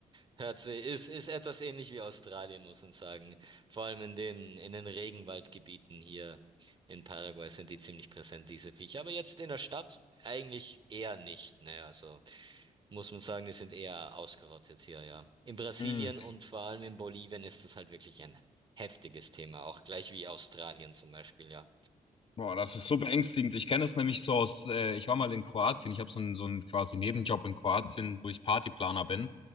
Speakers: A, on the right (about 30°); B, on the left (about 35°).
A: Hört sich, ist, ist etwas ähnlich wie Australien, muss man sagen. Vor allem in den, in den Regenwaldgebieten hier in Paraguay sind die ziemlich präsent, diese Viecher. Aber jetzt in der Stadt eigentlich eher nicht. Naja, also muss man sagen, die sind eher ausgerottet hier, ja. In Brasilien
B: <clears throat>
A: und vor allem in Bolivien ist das halt wirklich ein heftiges Thema, auch gleich wie Australien zum Beispiel, ja.
B: Boah, das ist so beängstigend. Ich kenne es nämlich so aus, äh, ich war mal in Kroatien, ich habe so einen, so einen quasi Nebenjob in Kroatien, wo ich Partyplaner bin.